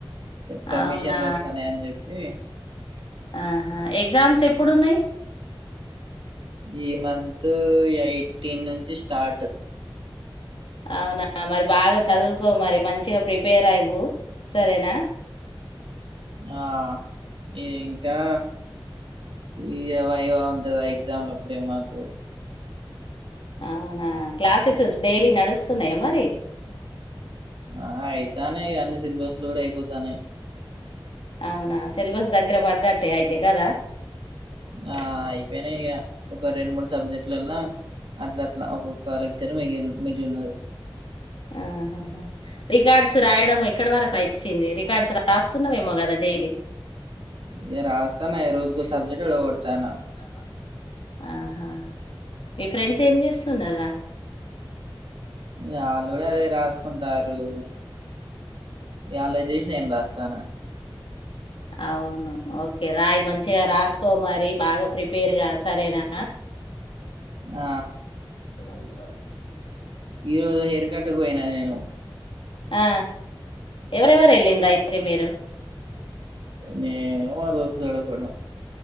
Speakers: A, on the right; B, on the left.
A: సబ్మిషన్లు
B: అవునా
A: వస్తాన్నాయ అని చెప్పి
B: ఆహా ఎగ్జామ్స్ ఎప్పుడు ఉన్నాయి
A: ఈ మంత్ త్ ఎయిటీన్ నుంచి స్టార్ట్
B: అవునా మరి బాగా చదువుకో మరి మంచిగా ప్రిపేర్ అవు సరేనా
A: ఆ ఇది ఇంకా ఇగ వాయ్వా ఉంటద ఎగ్జామ్ అప్పుడే మాకు
B: అవునా క్లాసెస్ డైలీ నడుస్తున్నాయా మరి
A: ఆ ఆయి తానే అన్ని సిలబస్లు కూడా అయిపోతానే
B: అవునా సిలబస్ దగ్గర పడ్డట్టే అయితే కదా
A: ఆ అయిపోయినై ఇగ ఒక రెండు మూడు సబ్జెక్ట్ ట్లలల్లా అట్లా అట్లా ఒక్కొక్క లక్షనం మిగి మిగిలి ఉన్నది
B: ఆహాహా రికార్డ్స్ రాయడం ఎక్కడ వరకు వచ్చింది. రికార్డ్స్ రాస్తున్నావేమో కదా డైలీ.
A: ఇగ రాస్తాన
B: నేను రాస్తన
A: ఇగ రోజుకో
B: ఏరోజు
A: సబ్జెక్ట్ ఓడగొడతాన
B: సబ్జెక్టు కొట్టతన్న ఆహా మీ ఫ్రెండ్స్ ఏం చేస్తున్నారా
A: వాళ్ళు కూడా అదే రాసుకుంటారు ఇగ ఆళ్ళది చూసి నేను రాస్తాన
B: అవును ఓకే రాయి మంచిగా రాసుకో మరి బాగా ప్రిపేర్గా సరేనా
A: ఆ
B: అయిందా
A: ఈ రోజు హెయిర్ కట్ కు పోయినా నేను
B: ఆ ఎవరెవరు వెళ్ళిన్రు అయితే మీరు
A: నేను మాదోస్తుగాడు కూడా